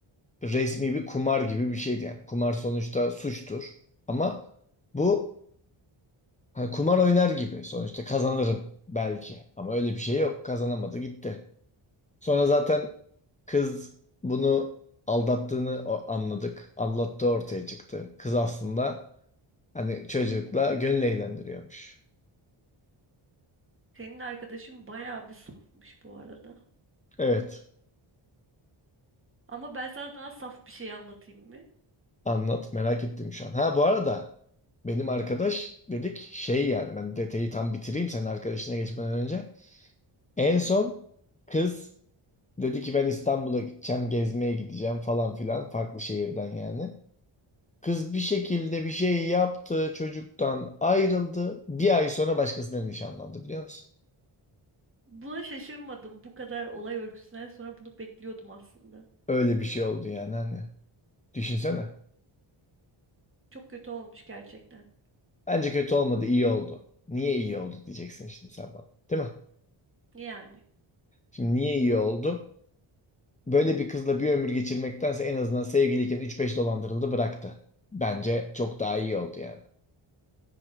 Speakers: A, on the left; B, on the right.
A: resmi bir kumar gibi bir şeydi yani. Kumar sonuçta suçtur. Ama bu hani kumar oynar gibi sonuçta kazanırım belki. Ama öyle bir şey yok. Kazanamadı gitti. Sonra zaten kız bunu aldattığını o- anladık. Aldattığı ortaya çıktı. Kız aslında hani çocukla gönül eğlendiriyormuş.
B: Senin arkadaşın bayağı bir safmış bu arada.
A: Evet.
B: Ama ben sana daha saf bir şey anlatayım mı?
A: Anlat. Merak ettim şu an. Ha bu arada benim arkadaş
B: Hı.
A: dedik şey yani ben detayı tam bitireyim senin arkadaşına geçmeden önce. En son kız dedi ki ben İstanbul'a gideceğim, gezmeye gideceğim falan filan farklı şehirden yani. Kız bir şekilde bir şey yaptı, çocuktan ayrıldı. Bir ay sonra başkasıyla nişanlandı biliyor musun?
B: Buna şaşırmadım. Bu kadar olay örgüsünden sonra bunu bekliyordum aslında.
A: Öyle bir şey oldu yani hani. Düşünsene.
B: Çok kötü olmuş gerçekten.
A: Bence kötü olmadı, iyi oldu. Niye iyi oldu diyeceksin şimdi sen bana. Değil mi?
B: Yani.
A: Şimdi niye iyi oldu? Böyle bir kızla bir ömür geçirmektense en azından sevgiliyken üç beş dolandırıldı bıraktı. Bence çok daha iyi oldu yani.